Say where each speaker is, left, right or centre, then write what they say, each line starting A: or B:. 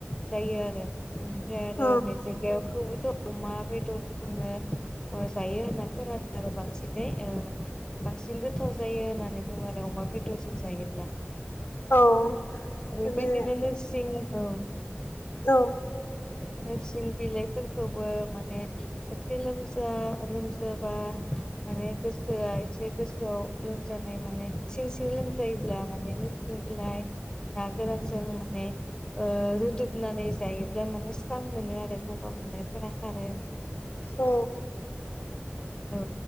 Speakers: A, on the left; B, on the left.
A: जायो आरो ओमफ्राय आरो
B: औ
A: मेस जिंगायावखौबोथ' अमा बेदर जोंनो ओ जायो होनना खोनादों आरो बांसिनै ओ बांसिन गोथाव जायो होननानै बुङो आरो अमा बेदरजों जायोब्ला।
B: औ
A: बेबायदिनो
B: माने
A: नोरसिं औ
B: ओ औ
A: नोरसिं बिलाइफोरखौबो माने एसे लोमजा लोमजाब बा माने गोस सोआ एसे गोसोआव लोमजानाय माने सिं सिं लोमजायोब्ला माने नोरसिं बिलाइ ना गोरानजों माने ओ रुदुबनानै जायोब्ला माने स्रां मोनो आरो गगा मोननायफोरा खारो
B: औ
A: औ